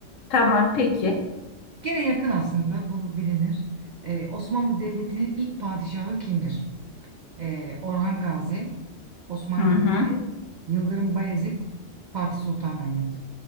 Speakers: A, on the left; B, on the right.
A: <laughs> Tamam peki.
B: Gene yakın aslında bunu bilinir. Ee, Osmanlı Devleti'nin ilk padişahı kimdir? Ee, Orhan Gazi, Osman
A: Hı hı.
B: Gazi, Yıldırım Bayezid, Fatih Sultan Mehmet.